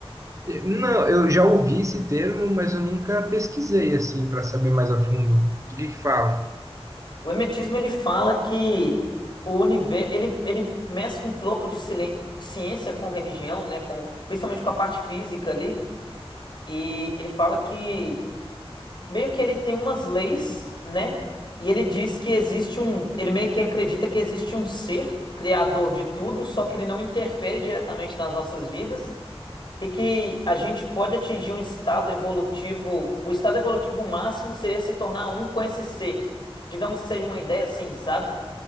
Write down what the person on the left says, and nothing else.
O hermetismo, ele fala que o universo, ele, ele mescla um pouco de silen- ciência com religião, né? Com, principalmente com a parte física ali. E ele fala que meio que ele tem umas leis, né? E ele diz que existe um. Ele meio que acredita que existe um ser criador de tudo, só que ele não interfere diretamente nas nossas vidas e que a gente pode atingir um estado evolutivo. O estado evolutivo máximo seria se tornar um com esse ser. Digamos que seja uma ideia assim, sabe?